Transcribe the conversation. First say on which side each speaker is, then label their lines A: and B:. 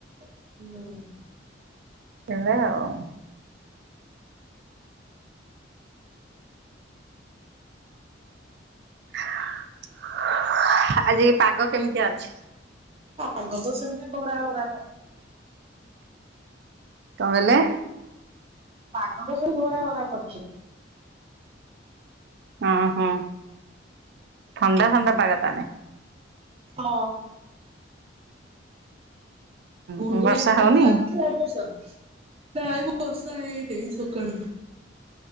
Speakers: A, on the right; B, on the right.
A: ହୁଁ।
B: ହେଲା ଆଉ। ହୁଁ ଆଜି ପାଗ କେମିତି ଅଛି?
A: ଆଗ ତ ସେମିତି ବରା ବରା କରି
B: କଣ କହିଲେ?
A: ପାଗ ତ ସେମିତି ଘରା ଘରା କରୁଛି।
B: ହଁ ହଁ ଥଣ୍ଡା ଥଣ୍ଡା ପାଗ ତାହାନେ।
A: ହଁ। ଗୁଳୁ
B: ହୁଁ
A: ଗୁଳି
B: ବର୍ଷା ହଉନି?
A: କେମତି ଲାଗୁଛି ଏ ବର୍ଷ? ଏ ବର୍ଷ ହେଇନି ସକାଳୁ।